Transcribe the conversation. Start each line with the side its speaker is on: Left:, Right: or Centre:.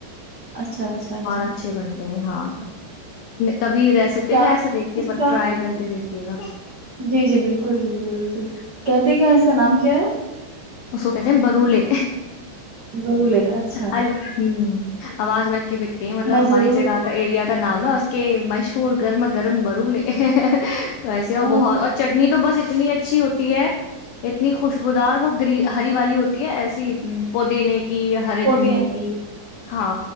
Right: اچھا اچھا اچھا
Left: بہت اچھے بنتے ہاں کبھی ریسیپی
Right: کیا
Left: نا ایسا دیکھ کے
Right: اس کا
Left: ٹرائی کر کے دیکھ ج گا
Right: جی جی بالکل بالکل بالکل کہتے کیا یہاں اس کا نام کیا ہے
Left: اسو کہتے ہیں برولے
Right: گولے اچھا
Left: ال ہوں آواز لگتی بکتے ہیں مطلب
Right: میں
Left: ہماری
Right: ضرور
Left: جگہ کا ایریا نام ہے اس کے مشہور گرم گرم برولے تو
Right: آ،
Left: بہت اور چٹنی تو بس اتنی اچھی ہوتی ہے اتنی خوشبوودار وہ گ ہری والی ہوتی ہے ایسے پودینے کی ہرے
Right: پودینے
Left: دھنیے کی ہاں